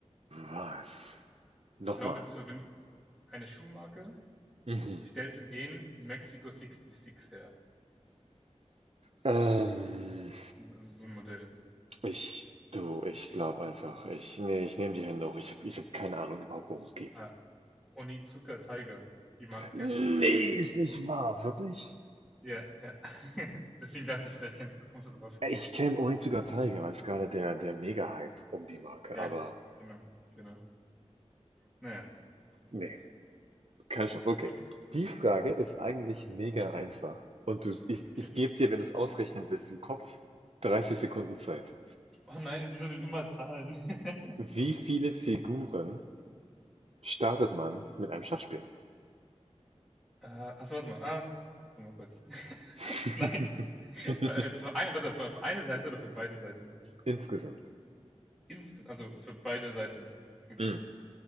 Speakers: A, on the right; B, in the centre.
A: Was? Nochmal.
B: Ich glaube, d- wenn eine Schuhmarke
A: Mhm.
B: stellte den Mexico 66 her.
A: Ähm,
B: Also so ein Modell.
A: ich. Du, ich glaube einfach, ich, nee, ich nehme die Hände hoch. Ich habe ich hab keine Ahnung überhaupt, worum es geht.
B: Ah, Onizuka Tiger. Die Marke
A: Nee,
B: kennst du vielleicht.
A: ist nicht wahr, wirklich?
B: Ja, ja. <laughs> Deswegen dachte ich, vielleicht kennst du, kommst du drauf.
A: Ich kenne Onitsuka Tiger, weil es gerade der, der Mega-Hype um die Marke,
B: Ja,
A: aber
B: genau, genau. Naja,
A: nee. Keine Chance, okay.
B: okay.
A: Die Frage ist eigentlich mega einfach. Und du, ich,
B: okay.
A: ich gebe dir, wenn du es ausrechnen willst, im Kopf 30 Sekunden Zeit.
B: Oh nein, wieso sind immer Zahlen? <laughs>
A: Wie viele Figuren startet man mit einem Schachspiel?
B: Äh, achso, warte mal. Ah, warte mal kurz. <laughs>
A: <laughs>
B: Nein. Äh, für eine, warte, für, für eine Seite oder für beide Seiten?
A: Insgesamt.
B: Insges also für beide Seiten. Okay.
A: Hm.